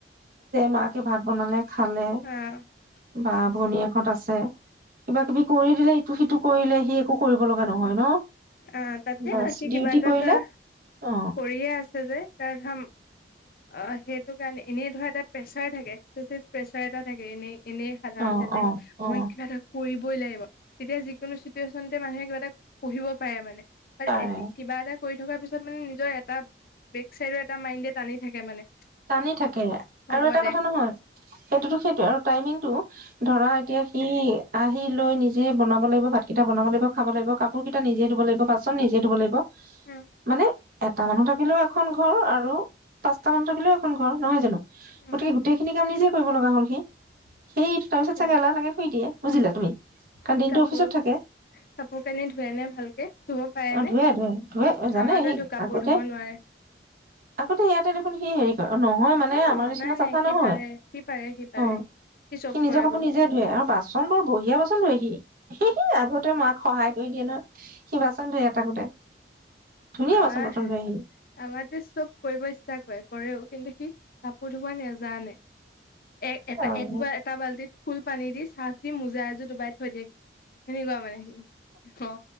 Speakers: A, on the right; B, on the left.
A: মাক ভাত বনালে খালে
B: অ
A: বা ভনীয়েক। ত আছে কিবা কিবি কৰি দিলে ইটো সিটো কৰিলে সি একো কৰিব লগা নহয় ন
B: অ তাতে
A: বাছ
B: আ সি
A: ডিউটি
B: কিবা এটা
A: কৰিলে
B: ধৰা কৰিয়ে
A: অ
B: আছে যে কাৰঘাম। অ সেইটো কাৰণে এনেই ধৰা এটা প্ৰেচাৰ থাকে একিভ প্ৰেচাৰ এটা থাকে এনেই, এনেই সাধাৰণতে
A: অ
B: যে
A: অ
B: মই
A: অ
B: কিবা এটা কৰিবই লাগিব। তেতিয়া যিকোনো চিটুৱেচনতে মানুহে কিবা এটা পঢ়িব পাৰে মানে। আৰু
A: পাৰে
B: এ কিবা এটা কৰি থকাৰ পিছত মানে নিজৰ এটা বেক চাইডৰ এটা মাইণ্ডেড টানি থাকে মানে
A: টানি থাকে
B: হ'ব
A: আৰু এটা
B: দে
A: কথা নহয় সেইটোতো সেইটো আৰু টাইমিং। টো ধৰা এতিয়া সি আহি লৈ নিজে বনাব লাগিব ভাতকেইটা বনাব লাগিব খাব লাগিব কাপোৰ কেইটা নিজে ধুব লাগিব বাচন নিজে ধুব লাগিব
B: উম
A: মানে এটা মানুহ থাকিলেও এখন ঘৰ আৰু পাঁচটা মানুহ থাকিলেও, এখন ঘৰ নহয় জানো
B: উম
A: গতিকে গোটেই খিনি কাম নিজে কৰিব লগা হ'ল সি্ সেই
B: সেইটোৱে
A: তাৰপিছত চাগে এলাহ লাগে শুই দিয়ে। বুজিলা তুমি? কাৰণ
B: সি
A: দিনটো
B: কাপোৰ,
A: অফিচত থাকে
B: কাপোৰ কানি ধোৱে নে ভালকে? ধুব পাৰে
A: অ',
B: নে
A: ধুৱে ধুৱে ধুৱে এ জানে
B: আমাৰটোৱেতো
A: সি
B: কাপোৰ
A: আগতে।
B: ধুব নোৱাৰে
A: আগতে ইয়াতে দেখোন সি হেৰি কৰে নহয়, মানে
B: অ
A: আমাৰ নিচিনা
B: নাই
A: চাফা
B: নাই সি
A: নহয়
B: পাৰে সি পাৰে সি পাৰে
A: অ'।
B: চব
A: সি নিজৰ
B: কৰে
A: কাপোৰ
B: বাৰু
A: নিজে ধুৱে আৰু বাচন বঢ়িয়া বাচ চন ধুৱে সি, হি হি আগতে মাক সহায় কৰি দিয়ে নহয়। সি বাচ চন ধুৱে থাকোতে। ধুনীয়া
B: আমাৰ,
A: বাচন বৰ্তন ধুৱে সি।
B: আমাৰটো চব কৰিব ইচ্ছা কৰে কৰেও। কিন্তু সি কাপোৰ ধুবো নেজানে। এক এটা
A: অ'
B: একবাৰ এটা বাল্টিত ফুল পানী দি চাৰ্ফ দি মোজা এজোৰ ডুবাই থৈ দিয়ে সি সেনেকুৱা মানে সি অ